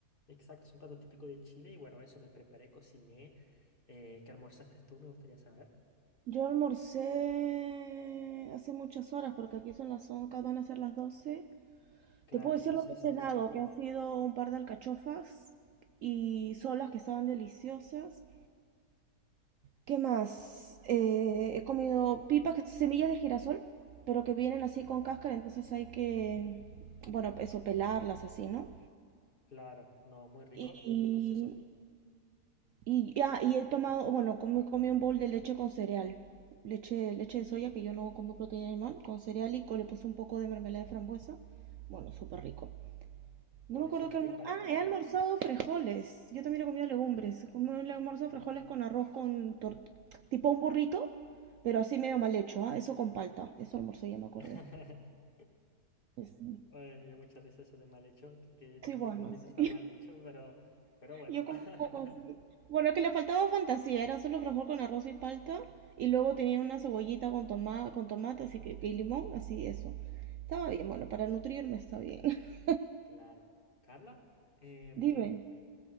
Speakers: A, on the left; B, on the right.
A: exacto, es un plato típico de Chile y bueno, eso me preparé, cociné. Eh, ¿qué almorzaste tú? Me gustaría saber.
B: Yo almorcé hace muchas horas porque aquí son las 11, van a ser las 12.
A: Claro,
B: Te puedo decir
A: son
B: lo
A: seis
B: que he cenado,
A: horas.
B: que han sido un par de alcachofas y solas que estaban deliciosas. ¿Qué más? Eh, he comido pipas, que son semillas de girasol, pero que vienen así con cáscara, entonces hay que, bueno, eso, pelarlas así, ¿no?
A: Claro, no, muy rico,
B: Y
A: delicioso.
B: Y, ya y he tomado, bueno, comí, comí un bowl de leche con cereal. Leche, leche de soya, que yo no como proteína animal, con cereal y co- le puse un poco de mermelada de frambuesa. Bueno, súper rico.
A: Hoy
B: No me acuerdo
A: suena
B: qué
A: rico,
B: almor-
A: ¿eh?
B: Ah, he almorzado frijoles. Yo también he comido legumbres. He he almorzado frijoles con arroz con tor- tipo un burrito, pero así medio mal hecho, ¿ah? Eso con palta. Eso almorcé, ya me acordé.
A: <laughs>
B: Sí, sí.
A: Oye, me dio mucha risa eso de mal hecho, que, que ningún
B: Sí, bueno,
A: burrito
B: sí.
A: está mal hecho, pero, pero bueno.
B: Yo como un poco
A: <laughs>
B: así. Bueno, que le faltaba fantasía, era solo frijol con arroz y palta, y luego tenía una cebollita con toma, con tomate, así que, y limón, así eso. Estaba bien, bueno, para nutrirme está bien. <laughs>
A: Claro. Carla, em,
B: Dime,